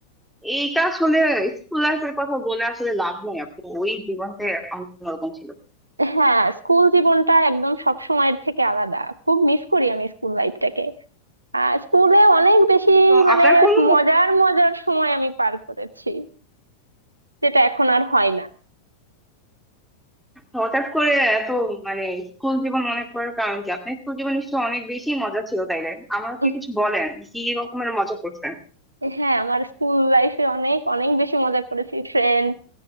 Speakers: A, in the centre; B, on the right.
A: এইটা আসলে স্কুল লাইফের কথা বলে আসলে লাভ নাই আপু ওই জীবনটা অন্যরকম ছিল
B: হ্যাঁ স্কুল জীবনটা একদম সব সময়ের থেকে আলাদা খুব মিস করি আমি স্কুল লাইফটাকে আহ স্কুলে অনেক বেশি
A: তো
B: মানে
A: আপনার কোন
B: মজার মজার সময় আমি পার করেছি যেটা এখন আর হয় না
A: হঠাৎ করে এত মানে স্কুল জীবন মনে করার কারণ কি আপনার স্কুল জীবন নিশ্চয়ই অনেক বেশি মজা ছিল তাইলে আমাকে
B: উহ,
A: কিছু বলেন কি রকমের মজা করতেন
B: হ্যাঁ আমার স্কুল লাইফে অনেক অনেক বেশি মজা করেছি ফ্রেন্ড